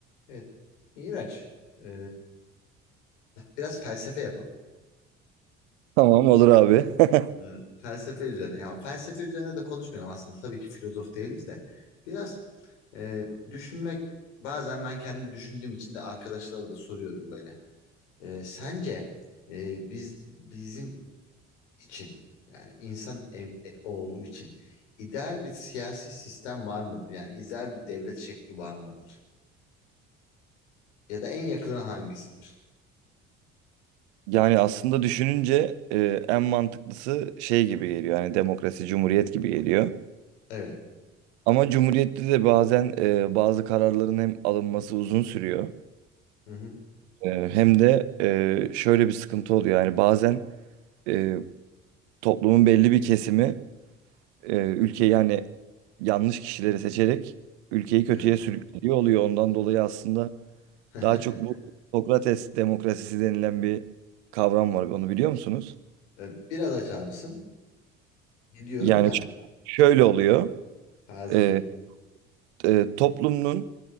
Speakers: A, on the left (about 80°); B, on the right (about 75°).
A: Evet. Miraç, e, biraz felsefe yapalım.
B: Tamam olur abi. <laughs>
A: Hmm, Felsefe üzerine. Yani felsefe üzerine de konuşmayalım aslında. Tabii ki filozof değiliz de. Biraz e, düşünmek, bazen ben kendim düşündüğüm için de arkadaşlara da soruyorum böyle. E, sence e, biz bizim için yani insan ev, e- oğlu için ideal bir siyasi sistem var mıdır? Yani ideal bir devlet şekli var mıdır? Ya da en yakını hangisidir?
B: Yani aslında düşününce e, en mantıklısı şey gibi geliyor. Yani demokrasi, cumhuriyet gibi geliyor.
A: Evet.
B: Ama cumhuriyette de bazen e, bazı kararların hem alınması uzun sürüyor.
A: Hı hı.
B: E, hem de e, şöyle bir sıkıntı oluyor. Yani bazen e, toplumun belli bir kesimi e, ülkeyi yani yanlış kişileri seçerek ülkeyi kötüye
A: Evet.
B: sürüklüyor oluyor. Ondan dolayı aslında
A: <laughs>
B: daha çok bu Sokrates demokrasisi denilen bir kavram var. Onu biliyor musunuz?
A: Ee, Biraz açar mısın? Biliyorum
B: Yani
A: da
B: ş- şöyle oluyor.
A: tazeleyeyim.
B: Ee, e, toplumun